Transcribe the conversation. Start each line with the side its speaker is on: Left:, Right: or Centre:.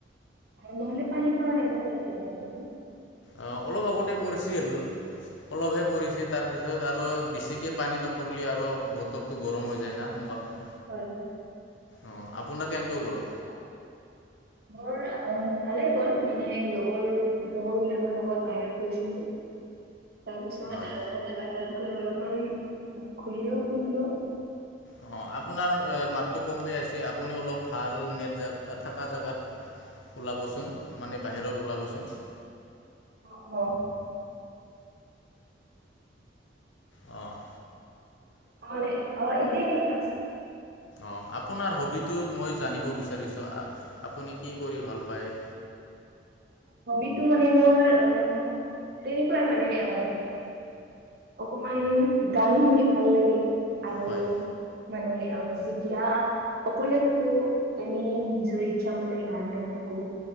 Right: আৰু নহ'লে পানী পাৰ নাই তাতে এতিয়া তোমাৰ বৰ্তমান।
Left: আ অলপ আগতে পৰিছিল। অলপহে পৰিছে তাৰপিছত আৰু বেছিকৈ পানী নপৰিলে, আৰু বতৰ টো গৰম হৈ যায় না, সোনকালে
Right: হয়।
Left: অ' আপোনাৰ কেনেকে গ'ল?
Right: <unintelligible> মোৰ অ' ভালেই গ'ল, মানে লগৰ লগৰ বিলাকৰ লগত বাহিৰত গৈছিলো। তাৰপিছত
Left: হয়
Right: আৰু তাতে বাহিৰত গৈ অলপমান, ঘূৰিলো ফুৰিলো
Left: অ' আপোনাৰ আ মাতটো কমকৈ আহিছে, আপুনি অলপ ভাল নেট জাগ, থা-থাকা জেগাত ওলাবচোন, মানে বাহিৰত ওলাবচোন।
Right: অ'।
Left: অ'।
Right: অ', নে অ', এতিয়া কেনেকুৱা আছে?
Left: অ', আপোনাৰ হবিটো মই জানিব বিচাৰিছোঁ আপুনি কি কৰি ভাল পায়?
Right: হবিটো মানে মোৰ অ', তেনেকুৱাই মানে অ' অকমান গান শুনি ভাল লাগে, আৰু
Left: হয়
Right: মানে অ', যেতিয়া অকলে থাকো এনেই নিজৰ ইচ্ছা মতে গান গাই থাকো,